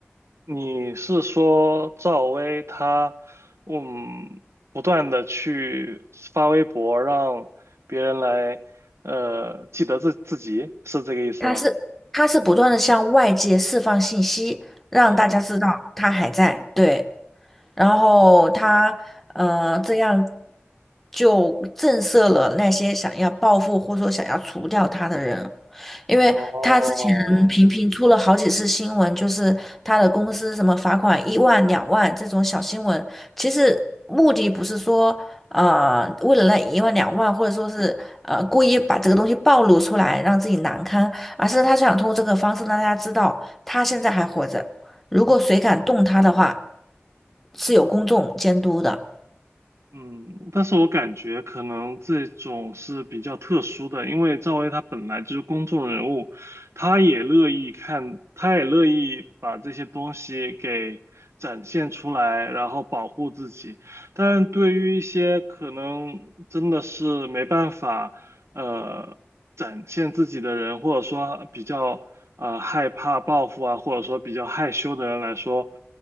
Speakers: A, on the right; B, in the centre.
A: 你是说赵薇她，嗯，不断的去发微博让别人来，呃，记得自自己，是这个意思吗？
B: 他是他是不断的向外界释放信息，让大家知道他还在，
A: 嗯，
B: 对，然后他嗯呃这样就震慑了那些想要报复或者说想要除掉他的人。因为他之前频频出了好几次新闻，
A: 哦，
B: 就是他的公司什么罚款一万、两万这种小新闻，其实目的不是说呃为了那一万两万，或者说是呃故意把这个东西暴露出来让自己难堪，而是他想通过这个方式让大家知道他现在还活着，如果谁敢动他的话，
A: 嗯。
B: 是有公众监督的。
A: 嗯，但是我感觉可能这种是比较特殊的，因为赵薇她本来就是公众人物，她也乐意看，她也乐意把这些东西给展现出来，然后保护自己。但对于一些可能真的是没办法，呃，展现自己的人，或者说比较呃害怕报复啊，或者说比较害羞的人来说，